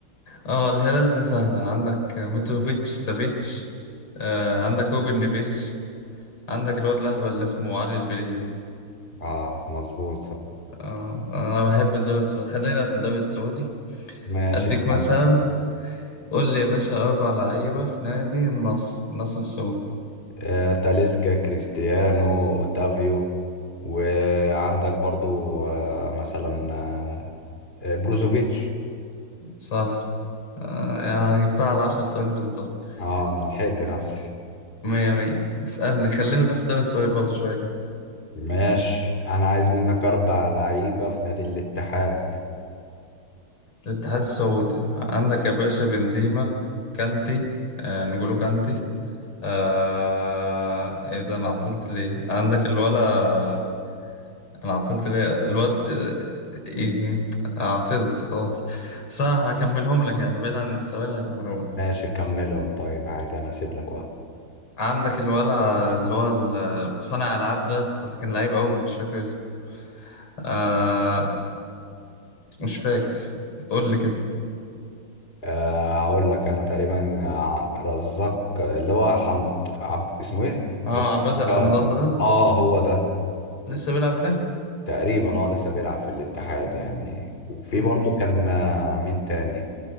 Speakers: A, on the left; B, on the left.
A: اه الهلال ده سهل عندك متروفيتش سافيتش آه عندك روبن نيفيتش عندك الواد الأهبل اللي اسمه علي البليهي ده
B: آه مظبوط صح
A: آه أنا بحب الدوري السعودي خلينا في الدوري السعودي
B: ماشي
A: أديك
B: اسأل
A: مثلا قول لي يا باشا أربع لعيبة في نادي النصر النصر السعودي
B: آه، تاليسكا كريستيانو اوتافيو وعندك برضو آه، مثلا آه، آه، بروزوفيتش
A: صح آه يعني جبتها على عشر ثواني بالظبط
B: اه انا لحقت نفسي
A: مية مية اسألني خلينا في الدوري السعودي برضه شوية كده
B: ماشي انا عايز منك اربع لعيبة في نادي الاتحاد
A: الاتحاد السعودي عندك يا باشا بنزيما كانتي آه نجولو كانتي آه... ايه ده انا عطلت ليه عندك الولا انا عطلت ليه الواد آه، إيه... عطلت خلاص بس انا هكملهم لك يعني بعيد عن السؤال هكملهم لك
B: ماشي كملهم طيب عادي انا هسيب لك واحد
A: عندك الولا اللي هو ال- صانع العاب ده يا اسطى اللي كان لعيب قوي مش فاكر اسمه آه... مش فاكر قول لي كده
B: أه هقول لك انا تقريبا آه، رزاق اللي هو حم... عبد اسمه ايه؟
A: اه
B: رزاق
A: عباس حمد
B: اه
A: الله ده
B: آه، هو ده
A: لسه بيلعب هناك
B: تقريبا اه لسه بيلعب في الاتحاد يعني وفي
A: امم
B: برضه كان آه، مين تاني